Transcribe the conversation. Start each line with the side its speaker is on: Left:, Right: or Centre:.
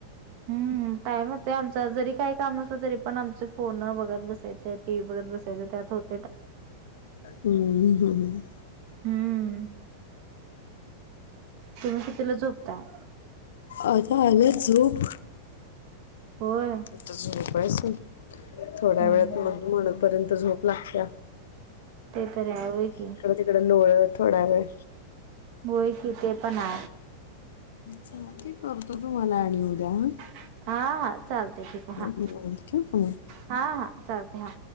Right: हम्म टाईमच. ते आमच जरी काही काम नसले तर पण आमचच. फोन बघत बसायचं टीव्ही बघत बसायचं त्यात होत
Left: हम्म हम.
Right: हम्म हम. तुम्ही कितीला झोपताय.
Left: आता आल झोप.
Right: होय
Left: इथं झोप. पसून थोड्या
Right: हम्म
Left: वेळात
Right: हम्म
Left: मग म्हणे पर्यंत झोप लागत्या.
Right: ते तर आहे की
Left: इकडं तिकडं लोळत थोडा वेळ
Right: होय की ते पणा
Left: चला ते करते तुम्हाला आणि उद्या ह.
Right: हा हा चालते ठीक आहे हा
Left: निवांत ठेवू का मग
Right: हा हा चालते हा.